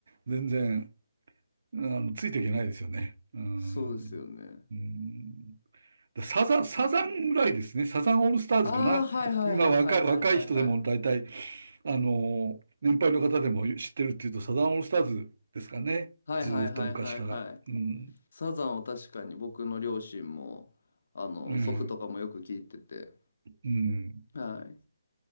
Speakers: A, on the right; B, on the left.
A: 全然、あの、ついていけないですよね。うーん。
B: そうですよね。
A: うーん。だサザン、サザンぐらいですね。サザンオールスターズかな。
B: ああ、はいはいはいはいはいはいはい。
A: 今若い、若い人でも大体、あの、年配の方でも知ってるっていうと、サザンオールスターズですかね。
B: はいはいはいはいはい。
A: ずーっと昔から。うん。
B: サザンを確かに僕の両親もあの祖父とかもよく聞いてて。
A: うん。うん。
B: はい。